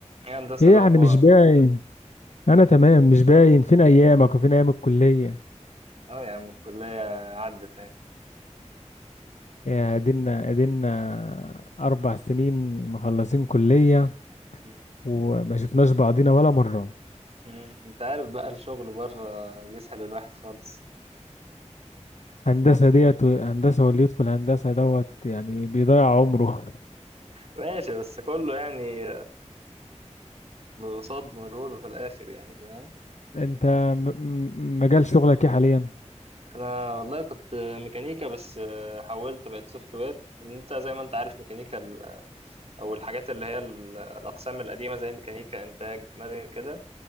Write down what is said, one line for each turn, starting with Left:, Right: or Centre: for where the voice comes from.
Right: ايه هندسة
Left: ايه
Right: الأخبار
Left: يعني مش باين انا تمام مش باين فين ايامك وفين ايام الكليه
Right: اه يا عم الكلية عدت اهي
Left: يا ادينا ادينا اربع سنين مخلصين كليه
Right: مم.
Left: وما شفناش بعضينا ولا مره
Right: مم. انت عارف بقى الشغل بره بيسحل الواحد خالص
Left: هندسه ديت هندسه واللي يدخل هندسه دوت يعني بيضيع عمره
Right: ماشي بس كله يعني قصاد مجهوده في الآخر يعني فاهم
Left: <laughs> انت م- م- مجال شغلك ايه حاليا
Right: أنا والله كنت ميكانيكا بس حولت بقت سوفت وير انت زي ما انت عارف ميكانيكا ال- او الحاجات اللي هي ال- الأقسام القديمة زي ميكانيكا إنتاج مدني كده